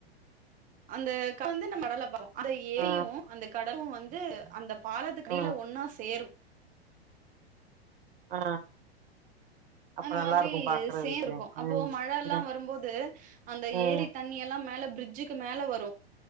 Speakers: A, on the right (about 25°); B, on the right (about 55°).
A: அந்த <unintelligible> வந்து நம்ம கடல பாப்போம் அந்த ஏரியும்
B: ஆ
A: அந்த கடலும் வந்து அந்த பாலத்து கடியில
B: ஆ
A: ஒன்னா சேரும்
B: ஆ அப்ப
A: அந்த
B: நல்லா
A: மாதிரி
B: இருக்கு பாக்குறதுக்கு
A: சேந்து இருக்கும் அப்போ
B: ம்
A: மழலாம்
B: ம்
A: வரும்போது அந்த
B: ம்
A: ஏரி தண்ணி எல்லா மேல பிரிட்ஜுக்கு மேல வரும்